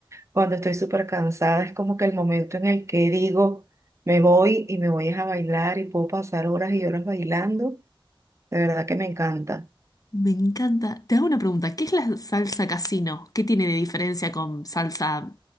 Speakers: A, on the right; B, on the left.
A: Cuando estoy súper cansada, es como que el momento en el que digo, me voy y me voy es a bailar y puedo pasar horas y horas bailando. De verdad que me encanta.
B: Me encanta. Te hago una pregunta. ¿Qué es la salsa casino? ¿Qué tiene de diferencia con salsa